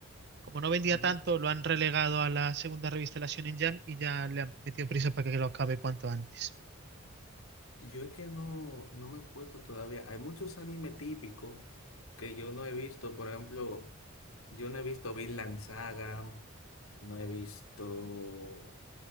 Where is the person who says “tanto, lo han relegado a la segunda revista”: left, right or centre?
Right